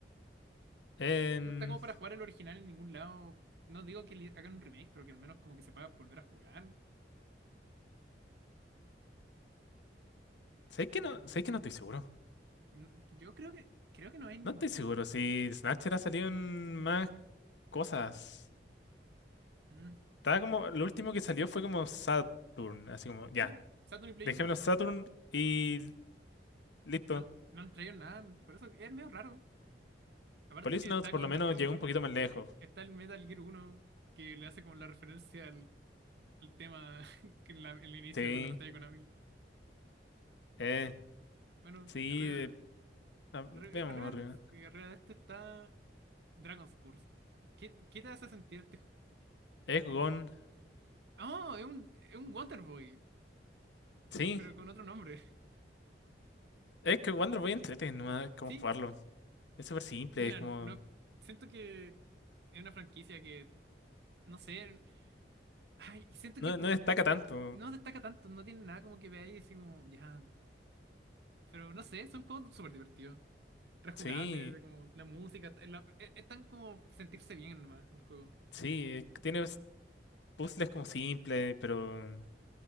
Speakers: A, on the left; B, on the right.
A: Em,
B: No está como para jugar el original en ningún lado. No digo que le hagan un remake, pero que al menos como que se pueda volver a jugar.
A: sé que no, sé que no estoy seguro.
B: Mm, Yo creo que, creo que no hay ningún.
A: No estoy seguro si Snatcher ha salido en más cosas.
B: Mm.
A: Estaba como, lo último que salió fue como Saturn, así como, ya,
B: Sí, pues, Saturn y Play
A: dejémoslo
B: 1.
A: Saturn y listo.
B: No, no han traído nada, por eso es medio raro. Aparte
A: Police
B: que
A: Notes
B: está
A: por
B: como
A: lo
B: el,
A: menos
B: me-
A: llegó un poquito más lejos.
B: Está el Metal Gear Uno que le hace como la referencia al, al tema <laughs> que en la- el inicio
A: Sí,
B: con la pantalla de Konami.
A: eh,
B: Bueno,
A: sí,
B: arriba,
A: eh, ah, veamos
B: arriba, arriba
A: arriba.
B: de, sí, arriba de esto está Dragon's Curse. ¿Qué, qué te hace sentir este juego?
A: Egggon,
B: ¡Oh! Es un, es un Wonderboy,
A: sí,
B: pero con otro nombre. <laughs>
A: es que Wonder Boy entrete, nomás como
B: Sí,
A: jugarlo. Es súper simple,
B: mira,
A: es como,
B: no, siento que es una franquicia que, no sé, ay, siento
A: no,
B: que po-
A: no destaca
B: dexte-
A: tanto.
B: no destaca tanto, no tiene nada como que veáis y así como, ya, pero no sé, son juegos súper divertidos. rejugable,
A: Sí,
B: de como la música, es, la- es- es tan como sentirse bien nomás el juego.
A: sí, es que tiene puzzles como simples, pero.